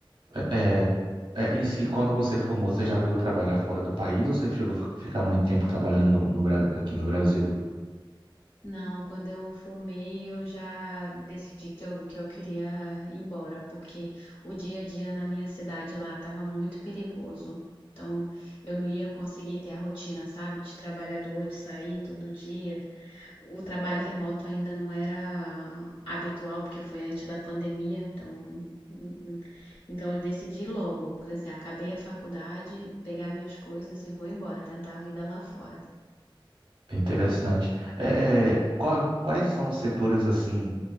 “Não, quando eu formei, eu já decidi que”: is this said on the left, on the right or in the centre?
Left